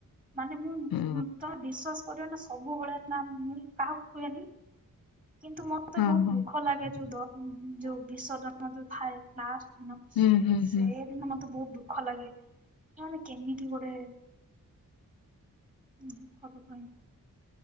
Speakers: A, on the right (about 25°); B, on the left (about 85°).
A: ମାନେ ମୁଁ ମୃତ
B: ହୁଁ
A: ବିଶ୍ଵାସ କରିବନି ନା ସବୁବେଳେ ନା ମୁଁ କାହାକୁ କୁହେନି। କିନ୍ତୁ ମତେ
B: ହଁ
A: ବହୁତ
B: ହଁ
A: ଦୁଃଖ ଲାଗେ ଯୋଉ ଦ ଯୋଉ ବିସର୍ଜନ ଯୋଉ ଥାଏ ଲାଷ୍ଟ ନ
B: ହୁଁ ହୁଁ
A: ସେଦିନ
B: ହୁଁ
A: ମତେ ବହୁତ ଦୁଃଖ ଲାଗେ। ମାନେ କେମିତି ଗୋଟେ ଦୁଃଖ ଦୁଃଖ ହିଁ।